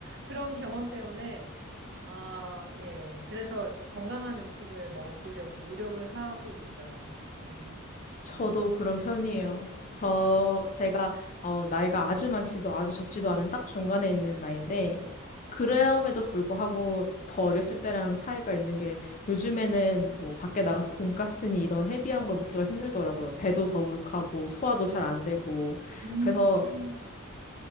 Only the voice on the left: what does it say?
저도 그런 편이에요. 저,
제가, 어, 나이가 아주 많지도 아주 적지도 않은 딱 중간에 있는 나이인데, 그럼에도 불구하고 더 어렸을 때랑 차이가 있는 게, 요즘에는 뭐 밖에 나가서 돈까스니 이런 헤비한 걸 먹기가 힘들더라고요. 배도 더부룩하고, 소화도 잘 안 되고.
그래서,